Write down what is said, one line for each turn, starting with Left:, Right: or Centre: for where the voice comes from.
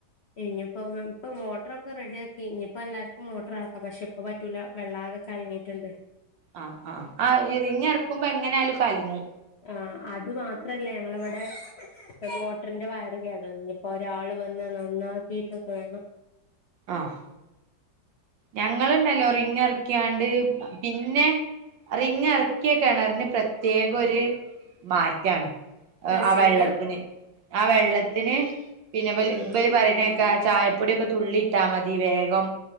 Left: ഇനിയിപ്പോ വ് ഇപ്പ മോട്ടർ റെഡിയാക്കി ഇനിയിപ്പോ എല്ലാർക്കും മോട്ടർ ആക്കാം പക്ഷെ ഇപ്പ പറ്റൂല വെള്ളം ആകെ കലങ്ങിട്ടുണ്ട്.
Right: ആഹ് ആഹ് ആഹ് റിങ്ങിറക്കുമ്പോ എങ്ങനെയായാലും കലങ്ങും.
Left: ആഹ് അത് മാത്രല്ല ഞങ്ങള് ഇവിടെ ഇപ്പ മോട്ടറിന്റെ വയർ കേടാ ഇനി ഇപ്പോ ഒരാള് വന്ന് നന്നാക്കിട്ടൊക്കെ വേണം
Right: ആഹ് ഞങ്ങളുണ്ടല്ലോ റിങ്ങ് ഇറക്കിയാണ്ട് പിന്നെ റിങ്ങ് എറക്കിയ കെണറിന് പ്രത്യേകം ഒരു മാറ്റാണ്. അ
Left: രസ്യമ്യ
Right: ആ വെള്ളത്തിന് ആ വെള്ളത്തിന് പിന്നെ ഇവല്
Left: ആഹ്
Right: ഇവല് പറയണക്കേക്കാം ചായപ്പൊടിയൊക്കെ തുള്ളി ഇട്ടാ മതി വേഗം